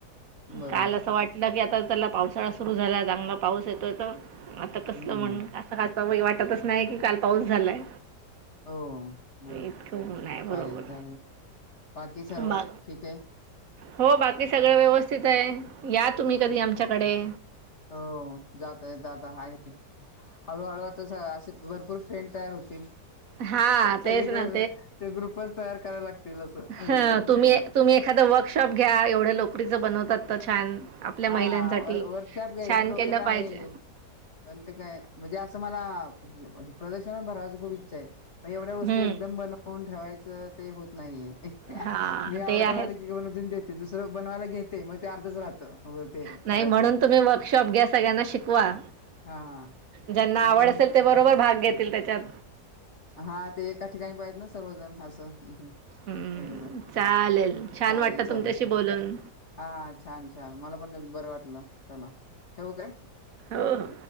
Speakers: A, on the left (about 45°); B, on the right (about 55°).
A: बरोबर
B: काल असं वाटलं की आता चला पावसाळा सुरु झाला चांगला पाऊस येतोय तर आता कसलं
A: हम्म
B: म्हणून असं <unintelligible> वाटतच नाही की काल पाऊस झालाय.
A: हो मग
B: इतकं ऊन आहे बरोबर.
A: चालेल चालेल बाकी सर्व
B: बा
A: ठीक आहे.
B: हो बाकी सगळं व्यवस्थित आहे. या तुम्ही
A: <unintelligible>
B: कधी आमच्याकडे
A: हो जातंय दादा आहे. हळूहळू आता सा असे भरपूर फ्रेंड तयार होतील.
B: हा
A: सगळीकडे
B: तेच ना
A: ते ग्रुपच तयार करायला लागतील. असं एकदम
B: ह तुम्ही तुम्ही एखाद वर्कशॉप घ्या एवढं लोकरीच बनवतात तर छान. आपल्या
A: हा
B: महिलांसाठी.
A: <unintelligible> वर्कशॉप घ्यायचं
B: छान
A: डोक्यात
B: केलं
A: आहे.
B: पाहिजे.
A: पण ते काय म्हणजे असं मला म्हणजे म्हणजे प्रदर्शन भरवायच खूप इच्छा आहे मग एवढ्या वस्तू
B: हं,
A: एकदम बनवून ठेवायच त ते होत नाहीये.
B: हां,
A: मी ऑर्डर
B: ते आहेच.
A: आली की <unintelligible> देते दुसरं बनवायला घेते मग ते अर्धच राहतं. हो ते
B: नाही
A: करायचं
B: म्हणून तुम्ही वर्कशॉप घ्या सगळ्यांना शिकवा.
A: हा हा
B: ज्यांना
A: ते
B: आवड
A: पण
B: असेल ते बरोबर भाग घेतील त्याच्यात.
A: हा ते एका ठिकाणी पाहिजे आहेत ना सर्वजण असं हम्म
B: हं,
A: हम्म.
B: चालेल.
A: <unintelligible>
B: छान
A: चालेल
B: वाटलं
A: चालेल
B: तुमच्याशी बोलून.
A: हा छान छान मला <unintelligible> बरं वाटलं चला ठेवू काय.
B: हो, हो.